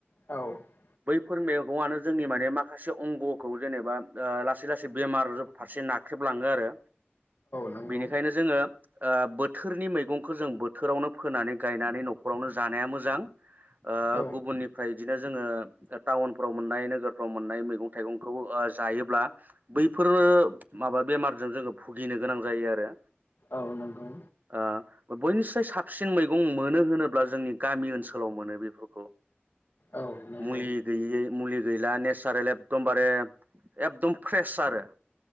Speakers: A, on the left (about 55°); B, on the right (about 45°).
A: औ
B: बै बेफोर मैगंआनो जोंनि माने माखासे अंग'खौ जेनेबा ओ लासै लासै बेमार फारसे नाख्रेबलाङो आरो
A: नंगौ
B: बेनिखायनो जोङो आ बो थोरनि मैगंखौ जों बोथोरावनो फोनानै गायनानै न'खरावनो जानाया मोजां। ओ
A: औ
B: गुबुननिफ्राय बिदिनो जोङो टाउनफ्राव मोननाय नोगोरफ्राव मोननाय मैगं थाइगंखौ ओ जायोब्ला बैफोरो माबा बेमार जों जोङो भुगिनो गोनां जायो आरो
A: औ नंगौ।
B: ओ बयनिफ्राय साबसिन मैगं मोनो होनोब्ला जोंनि गामि ओनसोलाव मोनो बेफोरखौ
A: औ नंगौ
B: मुलि गैयि मुलि गैला नेचारेल एकदमबारे एकदम फ्रेस आरो